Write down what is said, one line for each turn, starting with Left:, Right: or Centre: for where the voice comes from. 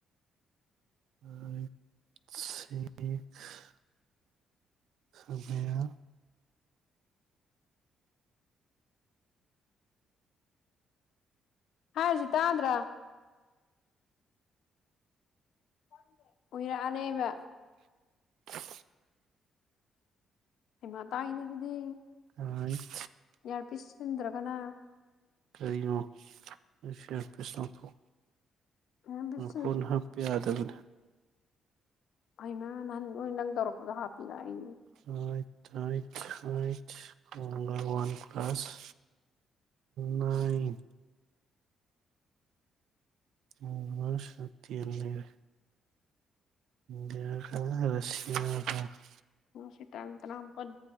Right: <unintelligible> <unintelligible>
Left: ꯍꯥꯖꯤꯇꯥꯗ꯭ꯔꯥ <unintelligible> ꯎꯏꯔꯛꯑꯅꯦꯕ
Right: <unintelligible>
Left: ꯑꯩꯃ ꯇꯥꯏ ꯏꯅꯤ ꯑꯗꯨꯗꯤ
Right: ꯑꯥꯏꯠ
Left: ꯌꯥꯔꯄꯤꯁ <unintelligible>
Right: ꯀꯔꯤꯌꯨ ꯑꯩꯁꯨ ꯏꯌꯥꯔꯄꯤꯁ ꯂꯧꯊꯣꯛ
Left: ꯏꯌꯥꯔꯄꯤꯁ
Right: ꯐꯣꯟ ꯍꯥꯞꯄ ꯌꯥꯗꯕꯅꯤ
Left: ꯑꯃ ꯅꯥꯟ ꯏꯟꯪ ꯇꯧꯔꯛꯄꯗ ꯍꯥꯄꯤꯗ ꯏ
Right: ꯍ ꯍ ꯍ ꯋꯥꯟ ꯀ꯭ꯂ꯭ꯂꯥꯁ ꯅꯥꯏꯟ ꯑꯣ ꯁꯠꯇ ꯑꯅ ꯃ ꯀ ꯔꯁꯤꯌꯥꯒ <unintelligible>
Left: ꯁꯤ ꯇꯪ ꯇꯅꯥꯝ ꯄ <unintelligible>